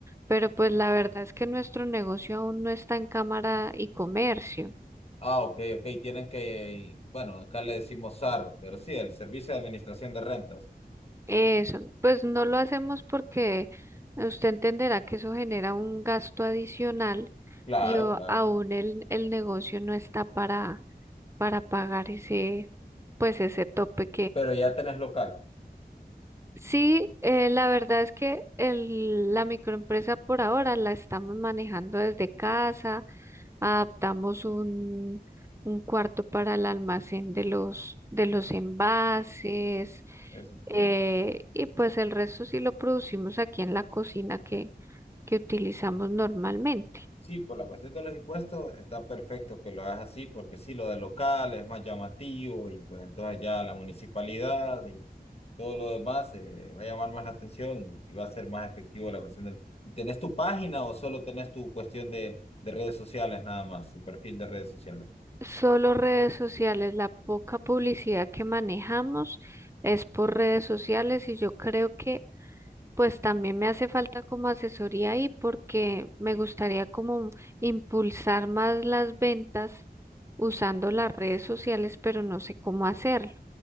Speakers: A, on the right (about 15°); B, on the left (about 40°).
A: pero pues la verdad es que nuestro negocio aún no está en cámara y comercio.
B: Ah, ok, ok, tienen que, bueno, acá le decimos SAR, pero sí, el Servicio de Administración de Rentas.
A: Eso, pues no lo hacemos porque usted entenderá que eso genera un gasto adicional
B: Claro,
A: y o-
B: claro.
A: aún el, el negocio no está para, para pagar ese, pues ese tope
B: Pero ya tenés local,
A: Sí, eh, la verdad es que el- la microempresa por ahora la estamos manejando desde casa, adaptamos un, un cuarto para el almacén de los, de los envases
B: eso está
A: eh,
B: bien.
A: y pues el resto sí lo producimos aquí en la cocina que, que utilizamos normalmente.
B: Sí, por la cuestión de los impuestos está perfecto que lo hagas así, porque sí, lo de local es más llamativo y pues entonces ya la municipalidad y todo lo demás eh, va a llamar más la atención y, y va a ser más efectivo la cuestión del... ¿Y tenés tu página o solo tenés tu cuestión de, de redes sociales nada más, tu perfil de redes sociales?
A: Solo redes sociales, la poca publicidad que manejamos es por redes sociales y yo creo que Pues también me hace falta como asesoría ahí porque me gustaría como impulsar más las ventas usando las redes sociales, pero no sé cómo hacerlo.